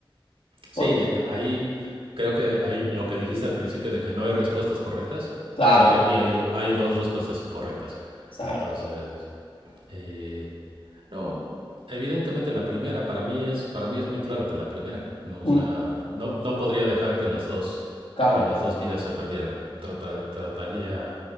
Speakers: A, on the right; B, on the left.
A: Sí,
B: por...
A: ahí creo que ahí lo que dijiste al principio de que no hay respuestas correctas,
B: Claro,
A: creo que aquí hay, do- hay dos respuestas incorrectas.
B: claro.
A: Entonces, eh, no, evidentemente la primera para mí es para mí es muy claro que la primera, no, o
B: Mm,
A: sea, no, no podría dejar que las dos
B: Claro.
A: que las dos vidas se perdieran. Tra- tra- trataría